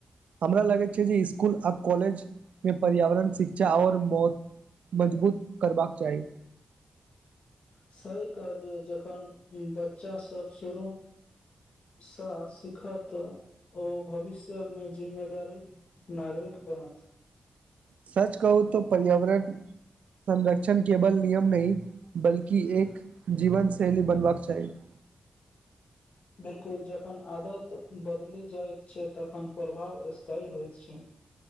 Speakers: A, on the right; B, on the left.
A: हमरा लगैत छैय जे स्कुल आ कॉलेजमे पर्यावरण शिक्षा और मौत मजबूत करबाक चाही।
B: सही कहलियै जखन बच्चा सभ शुरू सँ सीखत ओ भविष्यमे जिम्मेदारी नागरिक बनत
A: सच कहू तऽ पर्यावरण संरक्षण केवल नियम नय बल्कि एक जीवन शैली बनबाक चाही <inaudible>
B: बिलकुल जखन आदत बदलि जाइत छै तखन प्रभाव स्थाई होइत छै